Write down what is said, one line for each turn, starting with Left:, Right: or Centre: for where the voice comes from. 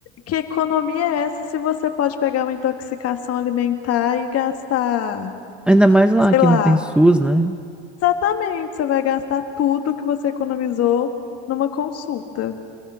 Left: Que economia é essa se você pode pegar uma intoxicação alimentar e gastar,
Centre: Ainda mais lá
Left: sei
Centre: que
Left: lá,
Centre: não tem SUS, né?
Left: exatamente, você vai gastar tudo que você economizou numa consulta.